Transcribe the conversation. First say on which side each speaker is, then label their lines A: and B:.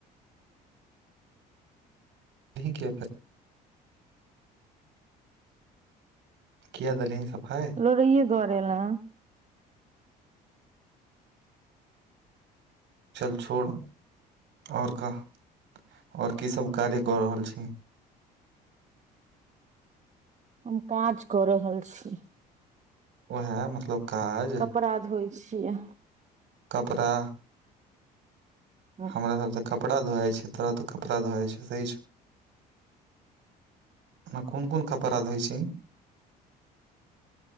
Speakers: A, on the right; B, on the right.
A: ठीके फर किया दलहनी सफाइ
B: लोड़ैये दुआरे एलेह़ ल
A: चल छोड़ आओर कह आओर की सब कार्य कऽ रहल छी
B: हम काज कऽ रहल छी
A: ओ ह मतलब काज
B: कपडा़ धोइ छियै
A: कपड़ा
B: हँ
A: हमरा सब त कपड़ा धोवइ छै तो तऽ कपड़ा धोइ छै सही छै और क कोन कोन कपड़ा द होैत छै